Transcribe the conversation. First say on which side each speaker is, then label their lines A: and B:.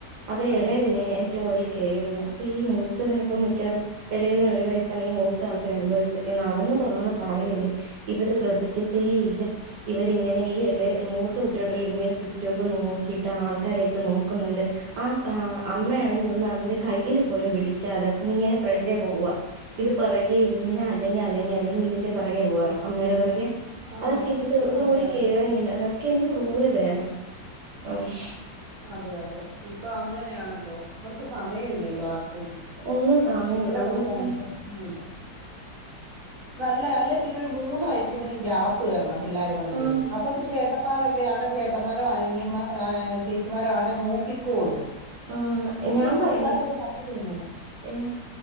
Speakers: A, on the right; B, on the right.
A: അവര്
B: അതെ
A: എള ഏറ്റോം കൂടുതൽ കെയർ ചെയ്യ അപ്പോ ഈ മൂത്തത്തിന് ഇപ്പം മിക്കവാറും എളയതിന് ഒരു വയസാണെങ്കി മൂത്തആൾക്ക് രണ്ടു വയസ്സൊക്കെ നടന്ന് തുടങ്ങണ പ്രായമല്ലേ ഇവര് ശ്രദ്ധിക്കത്തേ ഇല്ല ഇവരിങ്ങനെ ഈ എളേ മൂത്ത കൂട്ടിയൊണ്ടല്ലോ ഇങ്ങനെ ചുറ്റുമക്കെ നോക്കിയിട്ട് ആൾക്കാരെയൊക്കെ നോക്കുന്നോണ്ട് ആഹ് ആഹ് അമ്മയാണെങ്കി ഒന്നും അതിന്റെ കയ്യില് പോലും പിടിക്കാതെ ഇങ്ങനെ ഫ്രണ്ടേ പോവാ ഇത് പിറകെ ഇങ്ങനെ അല്ലെങ്കി അ അല്ലെങ്കി അല്ലെങ്കിൽ ഇതിന്റെ പെറകെ പോവാം അമ്മേടെ പെറകെ
B: ആഹ്
A: അതൊക്കെ എന്ത് ഇത്
B: അതെ
A: ഒരു
B: അതെ
A: കെയറിങ് ഇല്ല അ ഇതൊക്ക എന്ത് ക്രൂരതയാ ആഹ്
B: അതെ അതെ ഇപ്പൊ അങ്ങനെയാണല്ലോ അവർക്ക് സമയമില്ലല്ലോ ആർ ക്കും
A: ഒന്നും സമയമില്ല
B: മക്കളെ
A: അതുപോലെ
B: നോക്കാനൊന്നും
A: തന്നെ
B: ഇപ്പോ സമയില്ല നല്ല അല്ലെ പിന്നെ ഒരു മൂന്ന് വയസെങ്കിലും ഗ്യാപ്പ് വരണം പിള്ളേർ തമ്മിലേ
A: ആഹ്
B: അപ്പം ചേട്ടാ ന്മാരൊക്കെയാണ് ചേട്ടന്മാരോ അനിയമ്മ ആഹ് ചേച്ചി മാരോ ആണെ നോക്കിക്കോളും
A: ആഹ്
B: ഇച്ചിരി
A: ഞാൻ പറഞ്ഞ്
B: പിള്ളേർക്കൊരു പക്വത വന്നാലാ
A: ഏഹ്